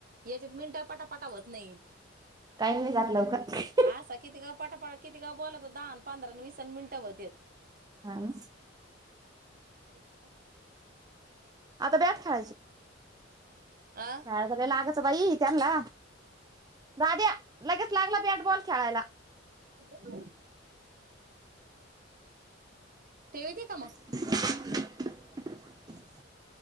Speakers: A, on the right; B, on the right.
A: याच्यात मिनट पटापटा होत नाहीत.
B: टाईम नाही जात लवकर.
A: आसा कितीक पटापटा कितीक बोलात दहान पंधरा वीसान मिनिटं होते.
B: हा ना?
A: ते का?
B: आता बॅट खेळायच
A: आ
B: लागायंच बाई त्यांना दाद्या, लगेच लागलं बॅटबॉल खेळायला.
A: ह <inaudible> तेवेती का मग
B: <unintelligible>
A: <inaudible>